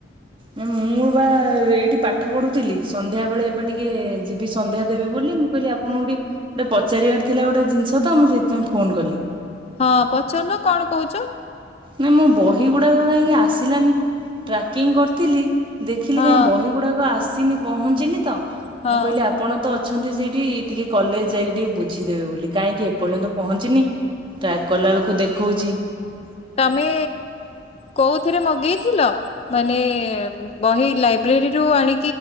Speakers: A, on the right (about 25°); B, on the left (about 35°).
A: ନା ମୁଁ ବା ଏଇଠି ପାଠ ପଢୁଥିଲି, ସନ୍ଧ୍ୟା ବେଳେ ଏବେ ଟିକେ ଯିବି ସନ୍ଧ୍ୟା ଦେବି ବୋଲି, ମୁଁ କହିଲି ଆପଣଙ୍କୁ ଟିକେ ଗୋଟେ ପଚାରିବାର ଥିଲା ଗୋଟେ ଜିନିଷ ତ ମୁଁ ସେଇଥିପାଇଁ ଫୋନ କଲି।
B: ହଁ ପଚାରୁନ କଣ କହୁଛ।
A: ନା ମୁଁ ବହି ଗୁଡାକ କାହିଁକି ଆସିଲାନି, ଟ୍ରାକିଂ କରିଥିଲି। ଦେଖିଲି
B: ହଁ
A: କାହିଁ ବହି ଗୁଡାକ ଆସିନି ପହଞ୍ଚିନି ତ,
B: ହଁ
A: ମୁଁ କହିଲି ଆ ଆପଣ ତ ଅଛନ୍ତି ସେଇଠି ଟିକେ କଲେଜ ଯାଇକି ଟିକେ ବୁଝିଦେବେ ବୋଲି, କାହିଁକି ଏପର୍ଯ୍ୟନ୍ତ ପହଞ୍ଚିିନି। ଟ୍ରାକ୍ କଲାବେେଳକୁ ଦେଖାଉଛି।
B: ତମେ କୋଉଥିରେ ମଗେଇଥିଲ, ମାନେ ବହି ଲାଇବ୍ରେରୀରୁ ଆଣି